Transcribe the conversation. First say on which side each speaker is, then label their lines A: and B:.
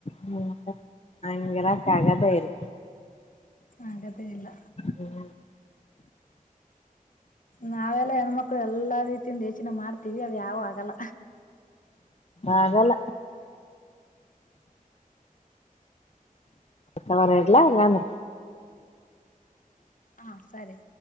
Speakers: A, on the left; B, on the left.
A: ಹು ಮತ್ತ್ ಅಂಗ್ ಇರಕ ಆಗದೆ ಇಲ್ಲ.
B: ಆಗ್ಯಾದ್ ಎ ಇಲ್ಲ.
A: ಹ್ಮ್
B: ನಾವೆಲ್ಲಾ ಹೆಣ್ಮಕ್ಳು ಎಲ್ಲಾ ರೀತಿಯಿಂದ ಇದ್ದ್ ಹೆಚ್ಚಿನ ಮಾಡ್ತೀವಿ ಅದು ಯಾವು ಆಗಲ್ಲ.
A: ಆಗಲ್ಲ ಹಂಗಾರ್ ಇಡ್ಲ್ಯಾ ಅಂಗ ಅಂದ್ರ.
B: ಹಾ ಸರಿ.